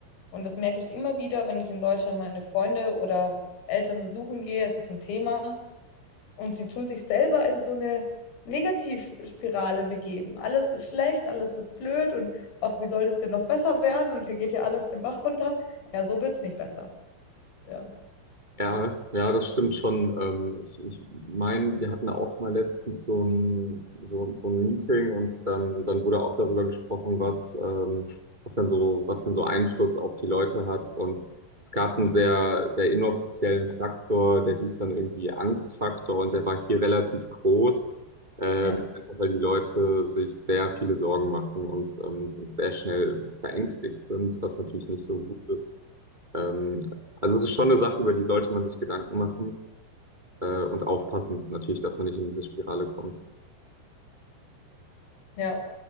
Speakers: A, on the left; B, on the right.
A: Und das merke ich immer wieder, wenn ich in Deutschland meine Freunde oder Eltern besuchen gehe. Es ist ein Thema. Und sie tun sich selber in so eine Negativspirale begeben. Alles ist schlecht, alles ist blöd und ach, wie soll das denn noch besser werden? Und hier geht ja alles den Bach runter. Ja, so wird es nicht besser. Ja,
B: Ja, ja, das stimmt schon. Ähm, ich ich meine, wir hatten da auch mal letztens so ein, so, so ein Meeting und dann, dann wurde auch darüber gesprochen, was, ähm, was denn so, was denn so Einfluss auf die Leute hat. Und es gab einen sehr, sehr inoffiziellen Faktor, der hieß dann irgendwie Angstfaktor und der war hier relativ groß, ähm,
A: ja,
B: einfach weil die Leute sich sehr viele Sorgen machen und ähm, sehr schnell verängstigt sind, was natürlich nicht so gut ist. Ähm, also es ist schon eine Sache, über die sollte man sich Gedanken machen äh, und aufpassen, natürlich, dass man nicht in diese Spirale kommt.
A: ja,